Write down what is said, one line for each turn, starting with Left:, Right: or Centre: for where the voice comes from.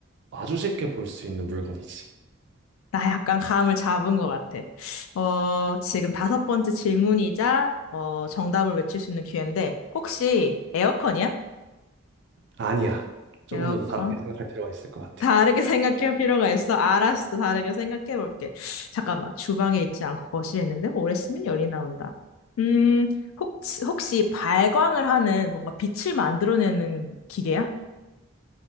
Right: 아주 쉽게 볼 수 있는 물건이지.
Left: 나 약간 감을 잡은 것 같아. 어, 지금 다섯 번째 질문이자 어, 정답을 외칠 수 있는 기회인데 혹시 에어컨이야?
Right: 아니야. 조금
Left: 에어컨?
Right: 더 다르게 생각할 필요가 있을 것 같아.
Left: 다르게 생각할 필요가 있어. 알았어. 다르게 생각해 볼게. 잠깐만. 주방에 있지 않고 거실에 있는데 오래 쓰면 열이 나온다. 음, 혹시, 혹시 발광을 하는 뭔가 빛을 만들어내는 기계야?